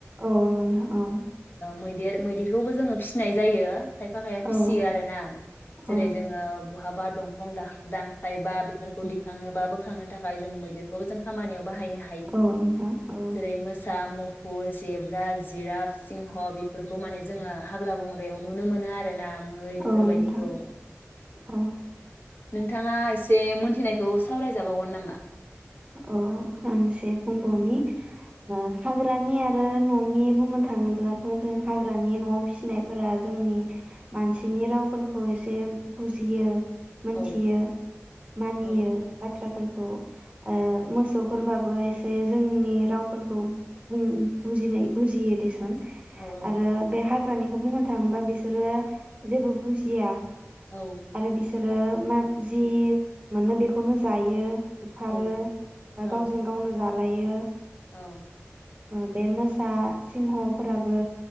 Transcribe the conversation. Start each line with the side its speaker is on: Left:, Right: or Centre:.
Right: औ नोंथां औ
Left: मैदेर मैदेरखौबो जोङो फिसिनाय जायो। खायफा खायफा फिसियो
Right: औ
Left: आरो ना
Right: औ
Left: जेरै जोङो बहाब बा दंफां दा-दानस्लाय बा बेफोरखौ दिखाङो बा बोखांनो थाखाय जों मैदेरखौबो जों खामानियाव बाहायनो हा
Right: औ नोंथां औ
Left: जेरै मोसा मुफुर, जेब्रा, जिराफ, सिंह बेफोरखौ माने जोङो हाग्रा बंग्रायाव नुनो मोनो आरोना मै बेफोरबायदिखौ
Right: औ नोंथां औ
Left: नोंथाङा एसे मोनथिनायखौ सावरायजाबावगोन नामा?
Right: औ आं एसे बुंबावनि ओ हाग्रानि आरो न'नि बुंनो थाङोब्लाथ' जों हाग्रानि न'वाव फिसिनायफोरा जोंनि मानसिनि रावफोरखौ एसे बुजियो। मोनथियो
Left: औ
Right: मानियो
Left: औ
Right: बाथ्राफोरखौ ओ
Left: औ
Right: मोसौफोरबाब एसे जोंनि रावफोरखौ बुं बुजिनाय-बुजियो देसन
Left: औ
Right: आरो बे हाग्रानिखौ बुंनो थाङोबा बिसोरो जेबो बुजिया।
Left: औ
Right: आरो बिसो आरो बिसोरो मा जि मोनो बेखौनो जायो। खारो
Left: औ
Right: बा
Left: औ
Right: गावजों गावनो जा लायो
Left: औ
Right: बे मोसा सिंह'फोराबो